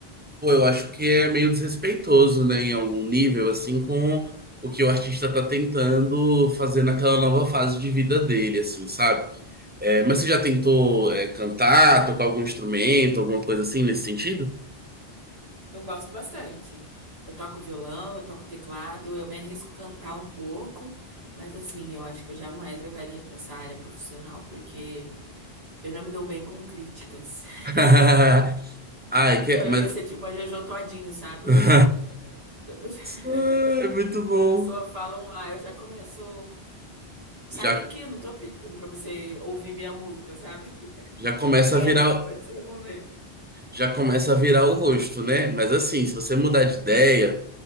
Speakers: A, on the right; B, on the right.
A: Pô, eu acho que é meio desrespeitoso, né, em algum nível, assim, com o que o artista tá tentando fazer naquela nova fase de vida dele, assim, sabe? É, mas você já tentou, é, cantar, tocar algum instrumento, alguma coisa assim nesse sentido?
B: Eu gosto bastante. Eu toco violão, eu toco teclado, eu me arrisco a cantar um pouco, mas assim, eu acho que eu jamais levaria pra essa área profissional, porque eu não me dou bem com críticas.
A: <laughs>
B: <laughs>
A: Ai, que...
B: Então eu
A: mas.
B: ia ser tipo a Jojo Todinho, sabe?
A: <laughs>
B: A pessoa, <laughs>
A: Ai, muito bom.
B: a pessoa fala um ah, eu já começo. Sai
A: Já,
B: daqui, não tô pedindo pra você ouvir minha música, sabe? <laughs>
A: já começa
B: Quero,
A: a virar,
B: pode se remover.
A: já começa a virar o rosto, né? Mas assim, se você mudar de ideia.